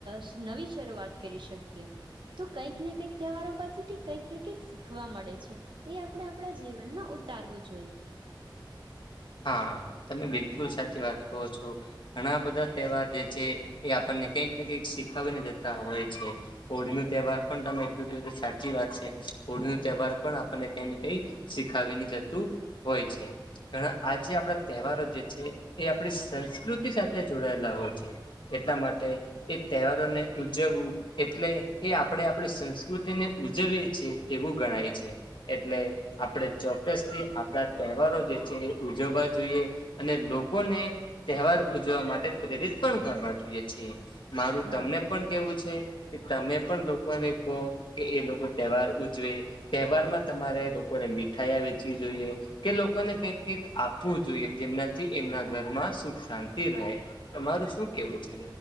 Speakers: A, on the right (about 70°); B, on the left (about 75°).
A: શ નવી શરૂઆત કરી શકીએ, તો કંઈક ને કઈક તહેવારો પાસેથી કંઈક ને કંઈક શીખવા મળે છે એ આપડે આપડા જીવનમાં ઊ તારવુ જ
B: <inaudible> હાં. તમે બિલકુલ સાચી વાત કહો છો, ઘણા બધા તહેવાર જે છે એ આપણને કંઈક ને કંઈક શીખાવીને જતા હોય છે, હોળીનો તહેવાર પણ તમે <unintelligible> સાચી વાત છે, હોળીનો તહેવાર પણ આપણને કઈ ને કઈ શીખાવીને જતું હોય છે, ઘણા આજે આપણા તહેવારો જે છે એ આપણી સંસ્કૃતિ સાથે જોડાયેલા હોય છે, એટલા માટે એ તહેવારોને ઉજવવું એટલે એ આપણે આપણી સંસ્કૃતિને ઉજવીએ છે એવું ગણાય છે, એટલે આપણે ચોક્કસથી આપ આપણા તહેવારો જે છે ઉજવવા જોઈએ અને લોકોને તહેવાર ઉજવવા માટે પ્રેરિત પણ કરવા જોઈએ છીએ. મારું
A: હા
B: તમને પણ કેવું છે કે તમે પણ લોકોને તો એ એ લોકો તહેવાર ઉજવે, તહેવારમાં તમારે લોકોને મીઠાાઈયા વેચવી જોઈએ. કે લોકોને કંઈક કઈક આપવું જોઈએ, જેમનાથી એમના ઘરમાં સુખ શાંતિ રહે, તમારું શું કેવું છે?